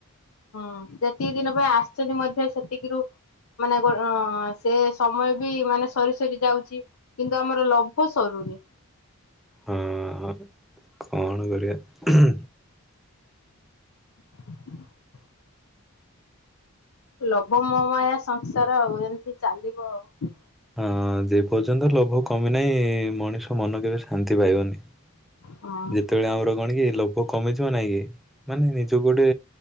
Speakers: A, on the left; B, in the centre.
A: ହଁ ଯେତିକି ଦିନ ପାଇଁ ଆସିଛନ୍ତି ମଧ୍ୟ ସେତିକିରୁ ମାନେ ଗୋ ଅଁ ସେ ସମୟ ବି ମାନେ ସରି ସରି ଯାଉଛି। କିନ୍ତୁ ଆମର ଲୋଭ ସରୁନି।
B: ହଁ କଣ କରିବା? ହୁଁ।
A: <inaudible> ଲୋଭ ମୋମାୟା ସଂସାର ଆଉ ଏମିତି ଚାଲିବ ଆଉ
B: ହଁ ଯେ ପର୍ଯ୍ୟନ୍ତ ଲୋଭ କମି ନାହିଁ ମଣିଷ ମନ କେବେ ଶାନ୍ତି ପାଇବନି, ଯେତେ
A: ହଁ
B: ସେତେବେଳେ ଆମର କଣ କି ଲୋଭ କମିଯିବ ନାଇଁ କି ମାନେ ନିଜକୁ ଗୋଟେ